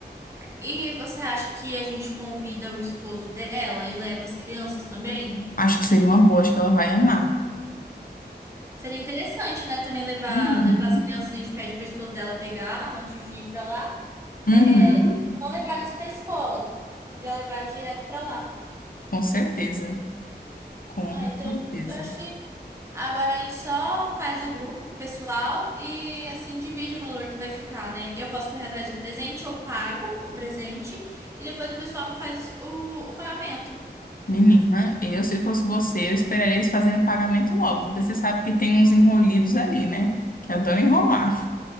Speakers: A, on the right; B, on the left.
A: E você acha que a gente convida o esposo dela e leva as crianças também?
B: Acho que seria uma boa, acho que ela vai amar.
A: Seria interessante, né? Também levar,
B: Uhum.
A: levar as crianças, a gente pede pro esposo dela pegar antes de ir pra lá. É,
B: Uhum.
A: não levar eles pra escola, já levar eles direto pra lá.
B: Com certeza, com
A: Ah, então
B: certeza.
A: eu acho que Agora a gente só faz o grupo com o pessoal e assim divide o valor que vai ficar, né? Eu posso correr atrás do presente, eu pago o presente e depois o pessoal faz o, o pagamento.
B: Menina, eu se fosse você, eu esperaria eles fazerem o pagamento logo, porque você sabe que tem uns enrolidos ali, né? Que adoram enrolar.